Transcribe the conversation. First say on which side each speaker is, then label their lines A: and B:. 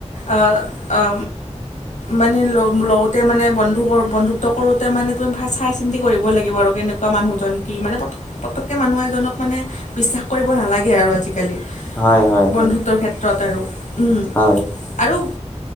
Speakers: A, on the left; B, on the left.
A: আ অ মানে লগ লগতে মানে বন্ধু বন্ধুত্ব কৰোতে মানে তুমি ভ চাই চিন্তি কৰিব লাগিব আৰু কেনেকুৱা মানুহজন কি মানে পতকৈ মানুহ এজনক মানে বিশ্বাস কৰিব নালাগে আৰু আজিকালি
B: হয় হয়
A: বন্ধুত্বৰ
B: হয়
A: ক্ষেত্ৰত আৰু। উম,
B: হয়।
A: আৰু